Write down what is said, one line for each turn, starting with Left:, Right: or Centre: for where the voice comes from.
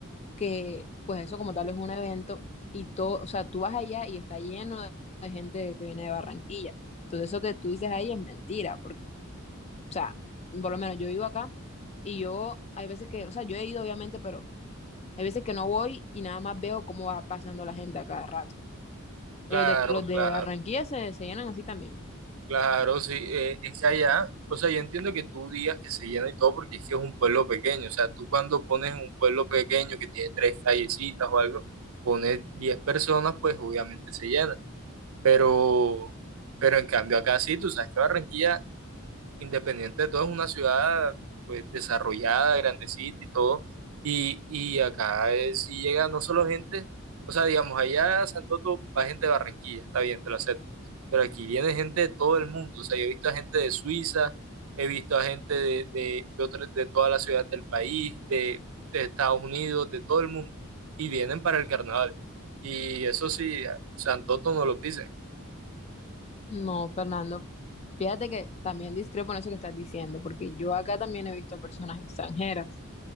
Left: que pues eso como tal es un evento y todo, o sea, tú vas allá y está lleno de, de gente que viene de Barranquilla. Entonces eso que tú dices ahí es mentira, porque, o sea, por lo menos yo vivo acá y yo hay veces que, o sea, yo he ido obviamente, pero hay veces que no voy y nada más veo cómo va pasando la gente a cada rato.
Right: Claro,
Left: Y Los de, los de
Right: claro.
Left: Barranquilla se, se llenan así también.
Right: Claro, sí, eh, es que allá, o sea, yo entiendo que tú digas que se llena y todo porque es que es un pueblo pequeño, o sea, tú cuando pones un pueblo pequeño que tiene tres callecitas o algo, pones 10 personas, pues obviamente se llena, pero, pero en cambio acá sí, tú sabes que Barranquilla Independiente de todo, es una ciudad pues desarrollada, grandecita y todo. Y, y acá eh, sí llega no solo gente, o sea, digamos, allá a Santoto va gente de Barranquilla, está bien, te lo acepto. Pero aquí viene gente de todo el mundo. O sea, yo he visto a gente de Suiza, he visto a gente de, de, de otras- de toda la ciudad del país, de, de Estados Unidos, de todo el mundo. Y vienen para el carnaval. Y eso sí, Santoto no lo pisen.
Left: No, Fernando, fíjate que también discrepo en eso que estás diciendo, porque yo acá también he visto personas extranjeras.